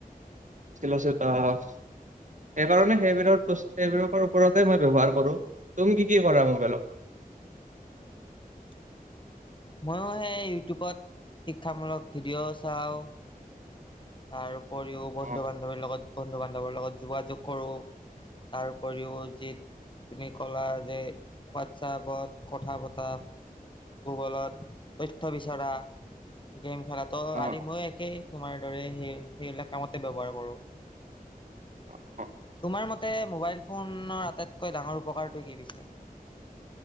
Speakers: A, on the right; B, on the left.
A: কিল অ' সেইকাৰণে সেইবোৰৰ ব সেইবিলৰ ওপৰতে মই ব্য্ৱহাৰ কৰো। তুমি কি কি কৰা মবেল?
B: <inaudible> ময়ো সেই ইউটিউবত শিক্ষামূলক ভিডিঅ' চাওঁ। তাৰ উপৰিও বন্ধু
A: অ
B: বান্ধৱীৰ লগত বন্ধু বান্ধৱৰ লগত যোগাযোগ কৰোঁ। তাৰ উপৰিও যি তুমি কলা যে হোৱাটছআপত কথা পতা গুগলত তথ্য বিচৰা। গেম খেলাো
A: অ
B: আদি ময়ো একেই তোমাৰ দৰে সেই সেইবিলাক কামতে ব্যৱহাৰ কৰোঁ।
A: <unintelligible>
B: তোমাৰ মতে মোবাইল ফোনৰ আটাইতকৈ ডাঙৰ উপকাৰটো কি পিছে?